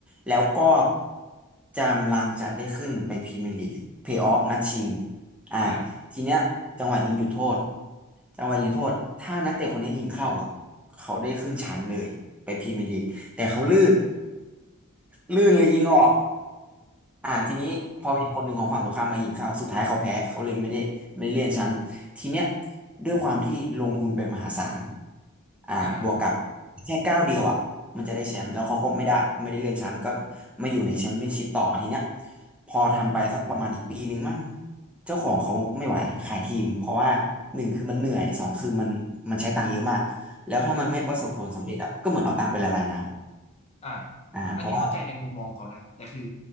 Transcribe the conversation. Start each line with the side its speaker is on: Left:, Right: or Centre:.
Centre: แล้วก็จำลังจะได้ขึ้นไปพรีเมียร์ลีกเพลย์ออฟนัดชิงอ่า
Left: อ่า
Centre: ทีเนี้ยจังหวะยิงจุดโทษจังหวะยิงโทษถ้านักเตะคนเนี้ยยิงเข้าอ่ะเขาได้ขึ้นชั้นเลยไปพรีเมียร์ลีกแต่เขาลื่น <laughs> ลื่นเลยยิงออกอ่าทีนี้พอมีคนหนึ่งของฝั่งตรงข้ามมายิงเข้าสุดท้ายเขาแพ้เขาเลยไม่ได้ไม่ได้เลื่อนชั้น
Left: เออ
Centre: ทีเนี้ยด้วยความที่ลงทุนไปมหาศาลอ่าบวกกับ
Left: อ่า
Centre: แค่ก้าวเดียวอ่ะมันจะได้แชมป์แล้วเขาก็ไม่ได้ไม่ได้เลื่อนชั้นก็มาอยู่ในแชมเปี้ยนชิพต่อทีเนี้ยพอทำไปสักประมาณอีกปีหนึ่งมั่งเจ้าของเขาไม่ไหวขายทีมเพราะว่าหนึ่งคือมันเหนื่อยสองคือมันมันใช้ตังค์เยอะมากแล้วถ้ามันไม่ประสบผลสำเร็จอ่ะก็เหมือนเอาตังค์ไปละลายน้
Left: อ่าอ่า
Centre: ำอ่าเพราะว่า
Left: อันนี้เข้าใจในมุมมองเขานะแต่คือ